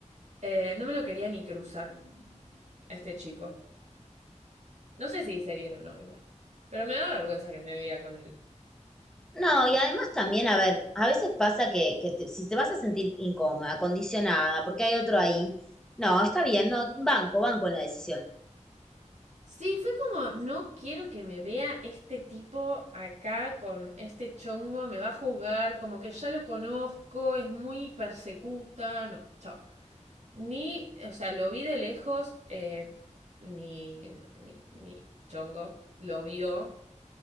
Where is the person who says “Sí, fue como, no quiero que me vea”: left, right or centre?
Right